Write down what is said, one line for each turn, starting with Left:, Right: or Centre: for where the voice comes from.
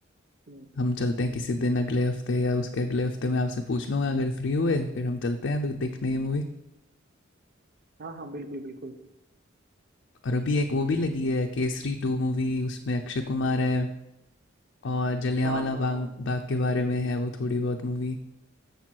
Right: हम्म,
Left: हम चलते हैं किसी दिन अगले हफ्ते या उसके अगले हफ्ते मैं आपसे पूछ लूँगा अगर फ्री हुए फिर हम चलते हैं दो- देखने ये मूवी
Right: हाँ हाँ बिल्कुल बिल्कुल
Left: और अभी एक वो भी लगी है केसरी टू मूवी उसमें अक्षय कुमार है और जलियांवाला
Right: हाँ हाँ
Left: बाग
Right: हाँ
Left: बाग के बारे में है वो थोड़ी बहुत मूवी